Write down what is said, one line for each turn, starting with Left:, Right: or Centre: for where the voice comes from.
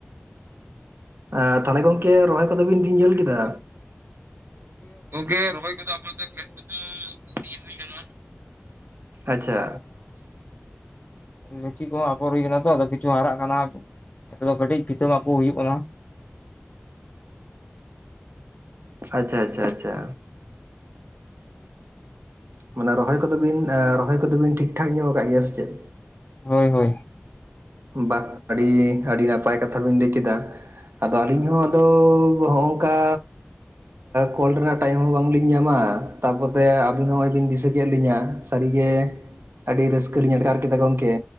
Right: ᱟᱸ ᱛᱟᱦᱚᱞᱮ ᱜᱚᱝᱠᱮ ᱨᱚᱦᱚᱭ ᱠᱚᱫᱚ ᱵᱤᱱ ᱛᱤᱱ ᱡᱷᱟᱹᱞ ᱠᱮᱫᱟ ᱜᱚᱝᱠᱮ ᱨᱚᱦᱚᱭ ᱠᱚᱫᱚ ᱟᱵᱚᱛᱮ ᱠᱷᱮᱛ ᱠᱚᱫᱚ ᱥᱤ ᱦᱩᱭ ᱠᱟᱱᱟ ᱟᱪᱷᱟ
Left: ᱞᱤᱪᱤ ᱠᱚᱦᱚᱸ ᱟᱯᱷᱚᱨ ᱦᱩᱭ ᱠᱟᱱᱟ ᱛᱚ ᱟᱫᱚ ᱠᱤᱪᱷᱩ ᱦᱟᱨᱟᱜ ᱠᱟᱱᱟ ᱱᱤᱛᱚᱜ ᱫᱚ ᱠᱟᱹᱴᱤᱡ ᱵᱷᱤᱛᱟᱹ ᱢᱟᱜ ᱠᱚ ᱦᱩᱭᱩᱜ ᱠᱟᱱᱟ
Right: ᱟᱪᱷᱟ ᱟᱪᱷᱟ ᱟᱪᱷᱟ ᱢᱟᱱᱮ ᱨᱚᱦᱚᱭ ᱠᱚᱫᱚ ᱵᱤᱱ ᱨᱚᱦᱚᱭ ᱠᱚᱫᱚ ᱵᱤᱱ ᱴᱷᱤᱠ ᱴᱷᱟᱠ ᱧᱚᱜ ᱠᱟᱜ ᱜᱮᱭᱟ ᱥᱮ ᱪᱮᱫ?
Left: ᱦᱳᱭ ᱦᱳᱭ
Right: ᱵᱟᱦ ᱟᱹᱰᱤ ᱟᱹᱰᱤ ᱱᱟᱯᱟᱭ ᱠᱟᱛᱷᱟ ᱵᱤᱱ ᱞᱟᱹᱭ ᱠᱮᱫᱟ ᱟᱫᱚ ᱟᱹᱞᱤᱧ ᱦᱚᱸ ᱟᱫᱚ ᱦᱚᱸᱜᱼᱚᱝᱠᱟ ᱠᱚᱞ ᱨᱮᱱᱟᱜ ᱴᱟᱭᱤᱢ ᱦᱚᱸ ᱵᱟᱝ ᱞᱤᱧ ᱧᱟᱢᱟ ᱛᱟᱯᱚᱛᱮ ᱟᱹᱵᱤᱱ ᱦᱚᱸ ᱱᱚᱜᱼᱚᱭ ᱵᱤᱱ ᱫᱤᱥᱟᱹ ᱠᱮᱜ ᱞᱤᱧᱟ ᱥᱟᱹᱨᱤ ᱜᱮ ᱟᱹᱰᱤ ᱨᱟᱹᱥᱠᱟᱹ ᱞᱤᱧ ᱟᱴᱠᱟᱨ ᱠᱮᱫᱟ ᱜᱚᱝᱠᱮ